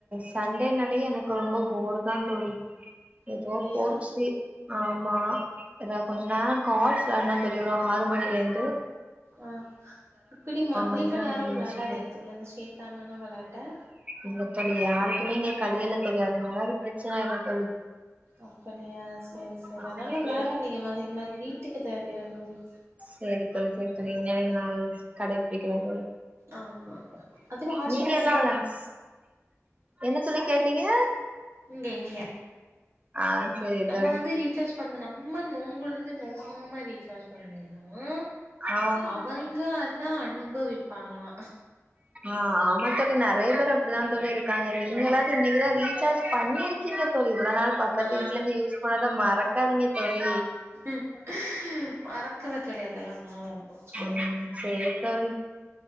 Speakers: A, on the right; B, on the right.
A: சண்டேன்னாலே எனக்கு ரொம்ப போர் தாந் தோழி எதோ
B: அப்படியா
A: போச்சி ஆமா இதா கொஞ்ச நேரோ காட்ஸ் வெளாட்னோ தோழி ஒரு ஆறு மணிலேருந்து
B: ஆ இப்பிடி மக்ரிப்பு
A: மணி
B: நேரோ
A: ஆயிடுச்சு
B: வெளாடதிங்க தோழி அந்த சேத்தானான வெளாட்ட
A: இல்ல தோழி யாருக்குமே இங்க கலீல்ல தோழி அதனால அது பிரச்சன இல்ல தோழி
B: அப்படியா செரி செரி
A: ஆமா
B: ஆனாலு
A: தோழி
B: வெளாடாதீங்க மக்ரிப் நேரோ வீட்டுக்கு <unintelligible>
A: செரி தோழி செரி தோழி இன்னிமே நா அது கடைபிடிக்கிறேன் தோழி
B: ஆமா அதிமா ஹாட்ஸ்பாட்
A: நீங்க
B: அணைக்கிடா
A: எல்லா வெளாட் என்ன தோழி கேட்டீங்க
B: இங்க இங்க
A: ஆ சேரி
B: நம்ம
A: தோழி
B: வந்து ரீசார்ஜ் பண்ணணு நம்ம நொங்குளுந்து நோ காம ரீசார்ஜ் பண்ணுவோமா
A: ஆ
B: அவுங்க அத் த அனுபவிப்பாங்களா
A: ஆ ஆமா தோழி நெறைய பேர் அப்டிதாந் தோழி இருக் காங்க நீங்களாது
B: ஆமா
A: இன்னக்கி
B: தோழி
A: தா ரீசார்ஜ் பண்ணிருக்கீங்க தோழி இவ்ள நாள் பக்கத்து
B: ஆ
A: வீட்லருந்து யூஸ் பண்ணத மறக்காதீங்க தோழி
B: ம் மறக்கல தோழி அதெல்லாம் நா யோசிக்கிறே
A: ம் சேரி தோழி